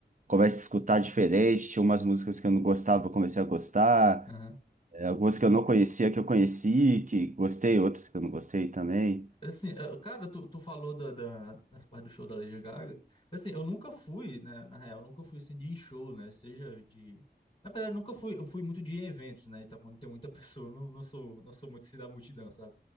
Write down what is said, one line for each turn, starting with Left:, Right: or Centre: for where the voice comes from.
Right: começa a escutar diferente, tinha umas músicas que eu não gostava, eu comecei a gostar,
Left: Aham.
Right: eh, algumas que eu não conhecia, que eu conheci, que gostei, outras que eu não gostei também.
Left: Assim, eh, cara, tu, tu falou da, da, da parte do show da Lady Gaga. Assim, eu nunca fui, né? Na real, nunca fui assim de show, né? Seja de na verdade, nunca fui, eu fui muito de eventos, né? Então, quando tem muita <laughs> pessoa, eu não, não sou, não sou muito assim da multidão, sabe?